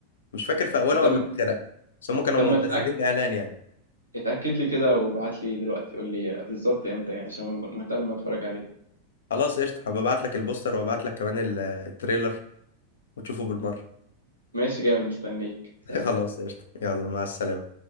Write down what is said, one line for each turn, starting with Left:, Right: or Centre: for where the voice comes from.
Left: مش فاكر في اولها
Right: طب
Left: ولا في اخرها بس هم كانوا
Right: طب ما
Left: منزلين
Right: تتأكد
Left: اعلان يعني
Right: اتأكد لي كده وابعت لي دلوقتي قول لي بالظبط امتى يعني عشان مهتم اتفرج عليه
Left: خلاص قشطه هبعت لك البوستر وابعت لك كمان ال- التريلر وتشوفه بالمره
Right: ماشي جامد مستنيك
Left: <laughs>
Right: سلام
Left: خلاص قشطه يلا مع السلامه